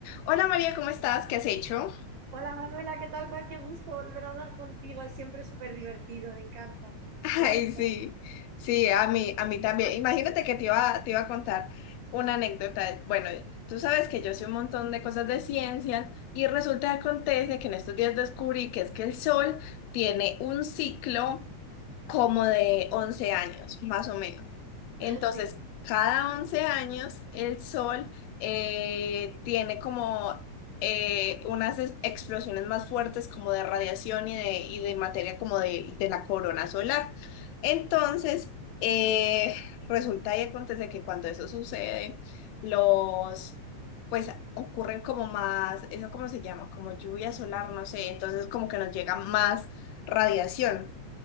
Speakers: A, on the left (about 75°); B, on the right (about 70°).
A: Hola María, ¿cómo estás? ¿Qué has hecho?
B: Hola Manuela, ¿qué tal? Juan? Qué gusto volver a hablar contigo, es siempre súper divertido, me encanta.
A: <laughs> Ay,
B: ¿Cómo estás?
A: sí, sí, a mí, a mí también. Imagínate que te iba, te iba a contar una anécdota. Bueno, tú sabes que yo sé un montón de cosas de ciencia y resulta que acontece que en estos días descubrí que es que el Sol tiene un ciclo como de 11 años, más o menos. Entonces,
B: <laughs> Sí,
A: cada 11 años el sol eh, tiene como eh, unas es- explosiones más fuertes como de radiación y de, y de materia como de, de la corona solar. Entonces, eh, resulta y acontece que cuando eso sucede, los... pues ocurren como más, eso cómo se llama, como lluvia solar, no sé, entonces como que nos llega más radiación.